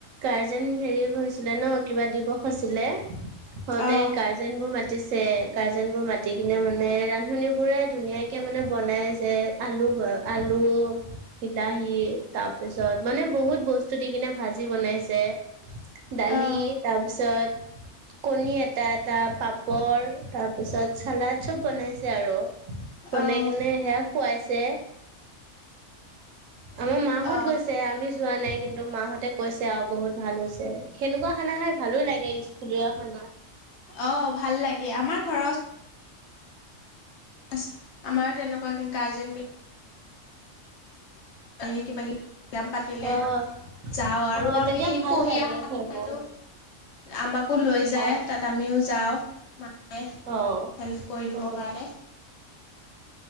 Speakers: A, on the right; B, on the left.
A: গাৰ্জেন হেৰি হৈছিলে ন! কিবা দিৱস আছিলে। সদায়
B: অঁ
A: গাৰ্জেনবোৰ মাত মাতিছে গাৰ্জেন বোৰ মাতি কিনে মানে ৰান্ধনী বোৰে ধুনীয়াকে মানে বনাইছে আলু, আলু বিলাহী তাৰপিছত মানে বহুত বস্তু দি কিনে ভাজি বনাইছে। দালি
B: অঁ
A: তাৰপিছত কণী এটা এটা পাপৰ তাৰপিছত চালাড চব বনাইছে আৰু। বনাই
B: অঁ
A: কিনে সেয়া খুৱাইছ তে আমাৰ মাহঁত
B: অঁ
A: গৈছে আমি যোৱা নাই কিন্তু মাহঁতে কৈছে আও বহুত ভাল হৈছে সেনেকুৱা খানা খাই ভালো লাগে স্কুলীয়া খানা
B: অ ভাল লাগে আমাৰ ঘৰৰ ওচ <unintelligible> আমাৰো তেনেকুৱা কিন্ গাজল মি ধেই কিবা কিবি <unintelligible> পাতিলে
A: অ
B: যাওঁ
A: অ',
B: আৰু আমি
A: তেতিয়া ভাল
B: পঢ়ি
A: লাগে
B: আহা
A: সেইবোৰ
B: সেইটো আমাক কো লৈ যায়
A: অ',
B: তাত আমিও যাওঁ মায়ে
A: অ',
B: হেল্প কৰি দিবৰ
A: অ',
B: কাৰণে